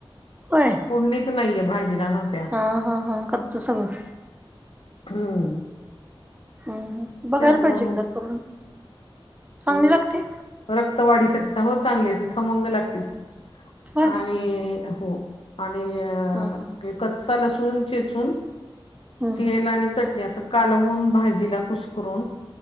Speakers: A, on the right (about 15°); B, on the left (about 75°).
A: होय
B: फोडणीच नाहीये भाजीला ना त्या
A: हा हा हा कच्च सगळ -
B: हम्म
A: हम् हम बघायला
B: त्यामुळं
A: पाहिजे एकदा
B: मग
A: करून चांगली लागते
B: रक्तवाढीसाठीच हो चांगलीे खमंग लागते खूप
A: होय
B: आणि हो आणि
A: हम्म
B: ते कच्चा लसून चेचून
A: हम्म
B: तेल आणि चटणी असं कालवून भाजीला कुसकरून